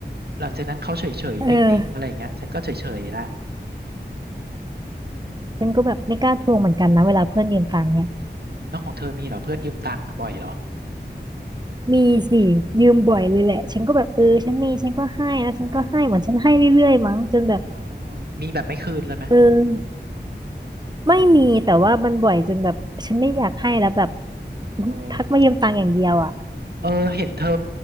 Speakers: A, on the right; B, on the right.
A: หลังจากนั้นเขาเฉยๆนิ่งๆอะไรอย่างเงี้ยฉันก็เฉยๆละ
B: เออ
A: อืม
B: ฉันก็แบบไม่กล้าทวงเหมือนกันนะเวลาเพื่อนยืมตังค์เนี่ย
A: แล้วของเธอมีเหรอเพื่อนยืมตังค์บ่อยเหรอ
B: มีสิยืมบ่อยเลยแหละฉันก็แบบเออฉันมีฉันก็ให้แล้วฉันก็ให้เหมือนฉันให้เรื่อยๆมั้งจนแบบ
A: อ๋ออ๋อมีแบบไม่คืนเลยไหม
B: เออ ไม่มีแต่ว่ามันบ่อยจนแบบฉันไม่อยากให้แล้วแบบ
A: เออ
B: ทักมายืมตังค์อย่างเดียวอ่ะ
A: เออเห็นเธอ